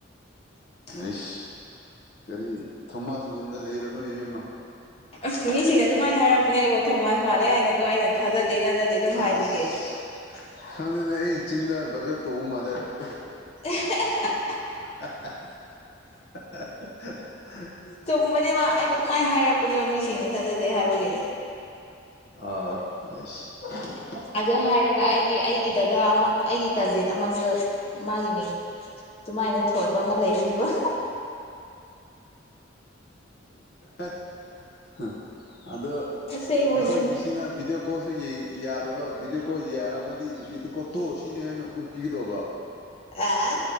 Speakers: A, on the left; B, on the left.
A: ꯑꯦꯁ ꯀꯔꯤ ꯊꯣꯃꯥꯁꯒꯨꯝꯕꯗ ꯂꯩꯔꯅꯨ ꯏꯕꯦꯝ ꯏꯃ
B: ꯑꯁ ꯃꯤꯁꯤꯡꯅ ꯑꯗꯨꯃꯥꯏꯅ ꯍꯥꯏꯔꯛꯄꯅꯦ ꯑꯩ ꯋꯥꯊ ꯃꯥꯁ ꯃꯥꯜꯂꯦ ꯍꯥꯏꯅꯒꯣ ꯑꯩꯅ ꯊꯥꯖꯗꯦ ꯑꯗꯨꯗꯩ ꯇꯗꯗꯤ ꯑꯗꯨꯝ
A: ꯑꯁ
B: ꯍꯥꯏꯕꯒꯤꯦ
A: ꯈꯪꯗꯦꯅꯦ ꯑꯩ ꯆꯤꯟꯅ ꯒ ꯇꯣꯧ ꯃꯥꯗ ꯑꯗꯨ
B: <unintelligible>
A: <inaudible>
B: ꯆꯨꯝꯕꯅꯦꯕ ꯑꯩꯕꯨ ꯑꯗꯨꯃꯥꯏꯅ ꯍꯥꯏꯔꯛꯄꯅꯦꯕ ꯃꯤꯁꯤꯡꯅ ꯊꯥꯖꯗꯦ ꯍꯥꯏꯕꯒꯤ
A: ꯑꯁ
B: ꯑꯗꯨ ꯍꯥꯏꯔꯒ ꯑꯩꯒꯤ ꯑꯩꯒꯤ ꯗꯗꯥ ꯑꯃ ꯑꯩꯒꯤ ꯀꯥꯖꯤꯟ ꯑꯃꯁꯨ ꯃꯥꯒꯤ ꯃꯤꯡ ꯑꯗꯨꯃꯥꯏꯅ ꯊꯣꯟꯕ ꯑꯃ ꯂꯩꯕꯅꯦꯕ
A: <inaudible> ꯑꯗꯣ ꯑꯩꯈꯣꯏꯒꯤꯁꯤꯅ
B: ꯑꯁꯦꯡꯕꯅꯦ
A: ꯚꯤꯗꯤꯑꯣ ꯀꯣꯁꯨ ꯌꯥꯗꯕ ꯕꯤꯗꯤꯑꯣꯀꯣ ꯌꯥꯔꯝꯃꯗꯤ ꯚꯗꯤꯑꯣꯀꯣ ꯇꯣ ꯁꯤꯅꯤ ꯍꯥꯏꯅ ꯎꯠꯄꯤꯒꯗꯧꯕ
B: ꯑ